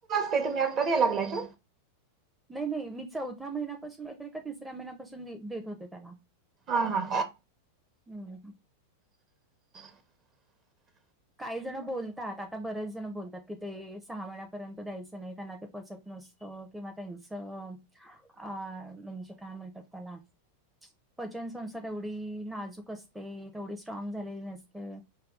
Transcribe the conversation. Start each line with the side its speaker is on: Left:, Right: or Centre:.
Right: ते तुम् आत्ता द्याला लागलाय.
Centre: नाही नाही मी चौथ्या महिन्यापासून येते का तिसऱ्या महिन्यापासून देत होते त्याला.
Right: हा हां
Centre: हम्म
Right: <inaudible>
Centre: काही जण बोलतात आता बरेच जण बोलतात की ते सहा महिन्यापर्यंत द्यायचं नाही त्यांना ते. पचत नसतं किंवा त्यांचं अ आ म्हणजे काय म्हणतात त्याला. पचनसंस्था तेवढी नाजूक असते तेवढी स्ट्राग झालेली नसते‌.